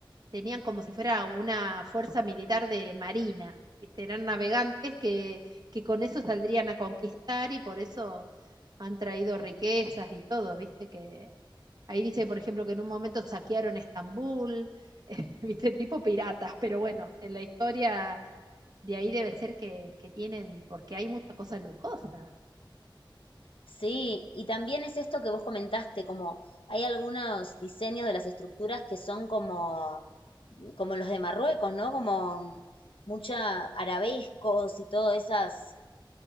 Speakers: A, on the right (about 50°); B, on the left (about 85°).
A: tenían como si fuera una fuerza militar de marina, ¿viste? Eran navegantes que, que con eso saldrían a conquistar y por eso han traído riquezas y todo, ¿viste? Que ahí dice, por ejemplo, que en un momento saquearon Estambul, <laughs> ¿viste? Tipo piratas, pero bueno, en la historia de ahí debe ser que, que tienen, porque hay mucha cosa lujosa.
B: Sí, y también es esto que vos comentaste, como hay algunos diseños de las estructuras que son como, como los de Marruecos, ¿no? Como mm, mucha arabescos y todas esas